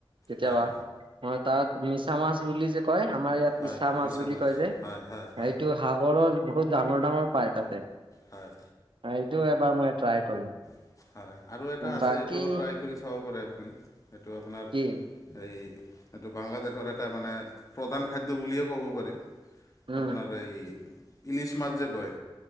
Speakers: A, on the right; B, on the left.
A: কেতিয়াবা
B: হয়
A: মই, তাত মিছা মাছ বুলি যে কয়, আমাৰ ইয়াত
B: হয়
A: ইছা মাছ
B: মিছা
A: বুলি কয় যে,
B: হয় হয় হয়
A: এইটো সাগৰৰ- বহুত ডাঙৰ ডাঙৰ পায় তাতে।
B: হয়।
A: সেইটো টো এবাৰ মই ট্ৰাই কৰিম।
B: হয় আৰু এটা
A: বাকী
B: আছে এইটো ট্ৰাই কৰি চাব পাৰে আপুনি, এইটো আপোনাৰ
A: কি
B: এই এইটো বাংলাদেশৰ এটা মানে প্ৰধান খাদ্য বুলিয়ে ক'ব পাৰি।
A: উম
B: আপোনাৰ এই - ইলিচ মাছ যে কয়,